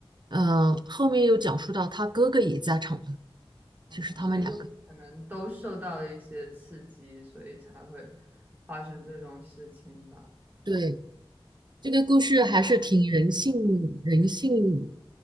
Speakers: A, on the right; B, on the right.
A: 嗯、后面又讲述到他哥哥也在场的，
B: 哦，
A: 就是他们两个。
B: 所以就可能都受到了一些刺激，所以才会发生这种事情吧。
A: 对，这个故事还是挺人性，人性，